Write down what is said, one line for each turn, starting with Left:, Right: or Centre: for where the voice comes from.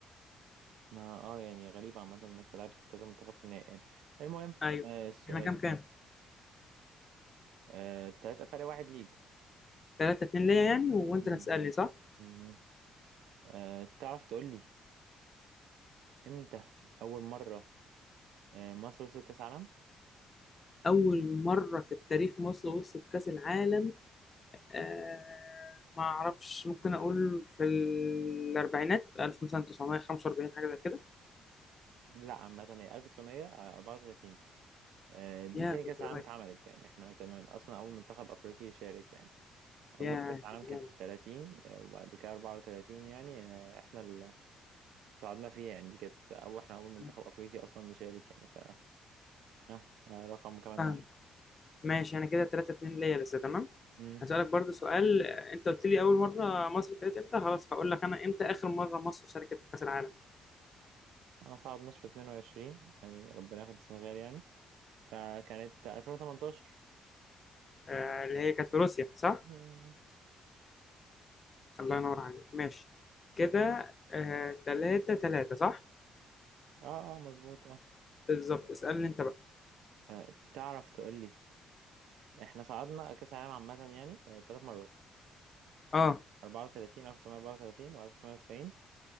Right: ما اه يعني غريب عامة انك لعبت كذا منتخب في النهائي يعني المهم
Left: ايوه
Right: آه السؤال
Left: احنا كام كام
Right: آه تلاتة فرق واحد ليك
Left: 3 2 ليا يعني وانت
Right: مم،
Left: اللي هتسالني
Right: مم،
Left: صح
Right: مم. آه تعرف تقول لي امتى أول مرة آه مصر وصلت كأس عالم؟
Left: اول مره في التاريخ مصر وصلت كاس العالم آه ما اعرفش ممكن اقول في الاربعينات 1945 حاجه زي كده
Right: لا عامة هي 1934 آه دي
Left: يا
Right: تاني
Left: كنت
Right: كأس
Left: قريب
Right: عالم اتعملت يعني احنا كنا من أصلا أول منتخب أفريقي يشارك يعني أول
Left: يا
Right: كأس عالم
Left: كنت
Right: كانت
Left: جامد
Right: 30 آه، وبعد كده 34 يعني آه احنا صعدنا فيها يعني دي كانت أول إحنا أول منتخب
Left: آه،
Right: أفريقي أصلا نشارك يعني ف ها آه، رقم كمان
Left: فاهم
Right: معايا
Left: ماشي انا كده 3 2 ليا لسه تمام
Right: أمم.
Left: هسالك برضو سؤال آه، انت قلت لي اول مره مصر ابتدت امتى خلاص هقول لك انا امتى اخر مره مصر شاركت في كاس العالم
Right: ما صعدناش في 22 يعني ربنا ياخد السنغال يعني فكانت 2018
Left: آه اللي هي كانت في روسيا صح
Right: أمم.
Left: الله ينور عليك ماشي كده آه تلاتة تلاتة صح
Right: اه اه مظبوط اه
Left: بالظبط اسألني انت بقى
Right: آه، تعرف تقول لي احنا صعدنا كأس العالم عامة يعني آه، ثلاث مرات
Left: اه
Right: 34 1934 و1990